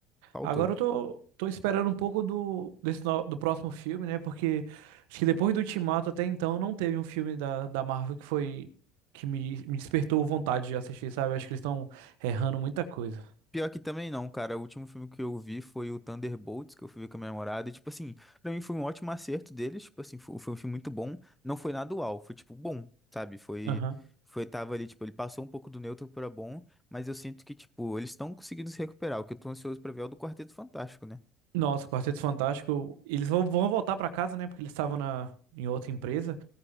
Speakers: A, in the centre; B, on the right.
A: faltou.
B: Agora eu tô, tô esperando um pouco do, desse no- do próximo filme, né? Porque acho que depois do Ultimato até então não teve um filme da, da Marvel que foi que me, me despertou vontade de assistir, sabe? Acho que eles estão errando muita coisa.
A: Pior que também não, cara. O último filme que eu vi foi o Thunderbolts, que eu fui ver com a minha namorada. E, tipo assim, pra mim foi um ótimo acerto deles. Tipo assim, foi, foi um filme muito bom. Não foi nada uau, foi, tipo, bom, sabe? Foi,
B: Aham.
A: foi, tava ali, tipo, ele passou um pouco do neutro pra bom, mas eu sinto que, tipo, eles estão conseguindo se recuperar. O que eu tô ansioso pra ver é o do Quarteto Fantástico, né?
B: Nossa, Quarteto Fantástico. Eles vão, vão voltar pra casa, né? Porque eles estavam na, em outra empresa.